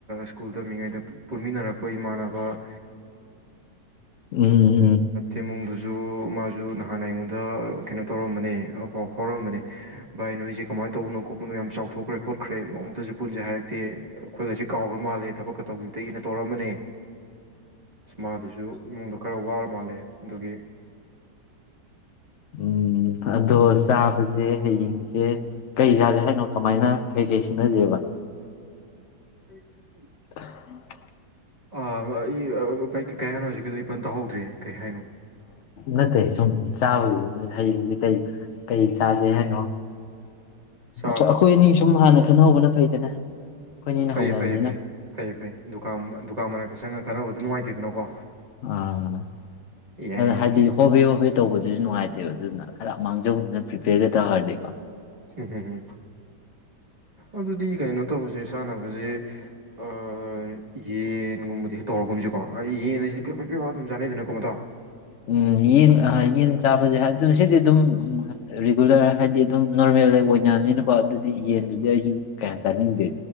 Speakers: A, on the right; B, on the left.
A: ꯁ꯭ꯀꯨꯜ ꯇꯝꯃꯤꯉꯩꯗ ꯄꯨꯟꯃꯤꯟꯅꯔꯛꯄ ꯏꯃꯥꯟꯅꯕ
B: ꯎꯝ ꯎꯝ
A: ꯨꯡ ꯁꯨ ꯃꯥꯁꯨ ꯅꯍꯥꯟ ꯑꯩꯉꯣꯟꯗ ꯀꯩꯅꯣ ꯇꯧꯔꯝꯕꯅꯦ ꯄꯥꯎ ꯐꯥꯎꯔꯛꯑꯝꯕꯅꯦ ꯏꯅꯣ ꯇꯧꯕꯅꯣ ꯈꯣꯠꯄꯅꯣ ꯌꯥꯝ ꯆꯥꯎꯊꯣꯛꯈ꯭ꯔꯦ ꯈꯣꯠꯈ꯭ꯔꯦ ꯅꯣꯡꯃꯇꯁꯨ ꯄꯨꯟꯁꯦ ꯍꯥꯏꯔꯛꯇꯦ ꯑꯩꯈꯣꯏꯗꯁꯦ ꯀꯥꯎꯈ꯭ꯔ ꯃꯥꯜꯂꯦ ꯊꯕꯛꯀ ꯇꯧꯈꯤꯕꯗꯒꯤꯅ ꯇꯧꯔꯝꯕꯅꯦ ꯏꯁꯃꯥꯗꯨꯁꯨ ꯏꯃꯨꯡꯗ ꯈꯔ ꯋꯥꯔ ꯃꯥꯜꯂꯦ ꯑꯗꯨꯒꯤ
B: ꯎꯝ ꯑꯗꯣ ꯆꯥꯕꯁ ꯁꯦ ꯍꯌꯦꯡꯁꯦ ꯀꯩ ꯆꯥꯠꯒꯦ ꯍꯥꯏꯅꯣ ꯀꯃꯥꯏꯅ ꯀꯩ ꯀꯩ ꯁꯤꯟꯅꯖꯦꯕ
A: ꯎ
B: <inaudible>
A: ꯑꯩ ꯀꯩ ꯍꯥꯟꯅꯣ ꯍꯧꯖꯤꯛꯀꯤꯗꯣ ꯏ ꯄꯟ ꯇꯧꯍꯧꯗ꯭ꯔꯦ ꯀꯩ ꯍꯥꯏꯅꯣ
B: ꯅꯠꯇꯦ ꯁꯨꯝ ꯆꯥꯕꯗꯨꯗꯤꯣꯏ ꯍꯩꯡꯁꯦ ꯀꯩ ꯀꯩ ꯆꯥꯖꯦ ꯍꯥꯏꯅꯣ
A: ꯆꯥ
B: ꯆꯈꯣꯏꯅꯤ ꯁꯨꯝ ꯍꯥꯟꯅ ꯈꯟꯅꯍꯧꯕꯅ ꯐꯩꯗꯅ ꯑꯩꯈꯣꯏꯅꯤꯅ
A: ꯐꯩꯌꯦ
B: ꯍꯧꯅꯕꯅꯤꯅ
A: ꯐꯩꯌꯦ ꯐꯩ ꯐꯩꯌꯦ ꯐꯩ ꯗꯨꯀꯥꯟ ꯗꯨꯀꯥꯟ ꯃꯅꯥꯛꯇ ꯆꯪꯉꯒ ꯈꯔꯕꯨꯗꯤ ꯅꯨꯡꯉꯥꯏꯇꯦꯗꯅꯀꯣ
B: ꯑꯥ
A: ꯌꯥꯏ
B: ꯑꯗꯨ
A: ꯌꯥꯏ
B: ꯍꯥꯏꯗꯤ ꯍꯣꯕꯦ ꯍꯣꯕꯦ ꯇꯧꯕꯗꯨꯁꯨ ꯅꯨꯡꯉꯥꯏꯇꯦꯕ ꯑꯗꯨꯅ ꯍꯔꯞ ꯃꯥꯡꯖꯧꯗꯅ ꯄ꯭ꯔꯤꯄꯦꯔꯒ ꯇꯥꯔꯗꯤꯀꯣ
A: ꯎꯝꯝꯝ ꯑꯗꯨ ꯑꯗꯨꯗꯤ ꯀꯥꯏꯩꯅꯣ ꯇꯧꯕꯁꯦ ꯆꯥꯅꯕꯁꯦ ꯑ ꯌꯦꯟꯒꯨꯝꯕꯗꯤ ꯍꯦꯛ ꯇꯧꯔꯒꯨꯝꯁꯀꯣ ꯌꯦꯟ ꯍꯥꯏꯁꯦ ꯄꯦꯄ ꯄꯦꯄꯒ ꯑꯗꯨꯝ ꯆꯥꯅꯩꯗꯅꯀꯣ ꯃꯇꯇꯣ
B: ꯎꯝ ꯌꯦꯟ ꯌꯦꯟ ꯆꯥꯕꯁꯦ ꯑꯗꯨꯅ ꯁꯤꯗꯤ ꯑꯗꯨꯝ ꯔꯤꯒꯨꯂꯔ ꯍꯥꯏꯗꯤ ꯑꯗꯨꯝ ꯅꯣꯔꯃꯦꯜꯗ ꯑꯣꯏꯅꯕꯅꯤꯅꯀꯣ ꯑꯗꯨꯗꯤ ꯌꯦꯟꯗꯨꯗꯤ ꯑꯩꯁꯨ ꯀꯌꯥꯝ ꯆꯥꯅꯤꯡꯗꯦ